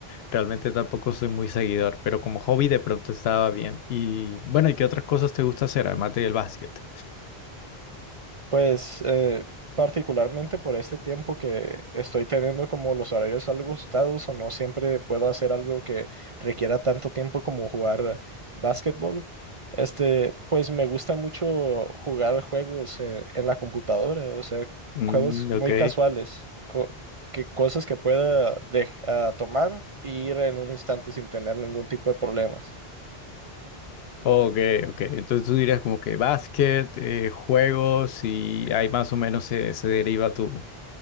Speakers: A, on the left; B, on the right.
A: Realmente tampoco soy muy seguidor, pero como hobby de pronto estaba bien. Y bueno, ¿y qué otras cosas te gusta hacer además del básquet?
B: Pues eh, particularmente por este tiempo que estoy teniendo como los horarios algo ajustados o no siempre puedo hacer algo que requiera tanto tiempo como jugar básquetbol. Este, pues me gusta mucho jugar juegos eh, en la computadora, o sea,
A: Mm,
B: juegos muy
A: ok.
B: casuales, co- que cosas que pueda dej- ah, tomar e ir en un instante sin tener ningún tipo de problemas.
A: Ok, ok. Entonces tú dirías como que básquet, eh, juegos y ahí más o menos se, se deriva tu,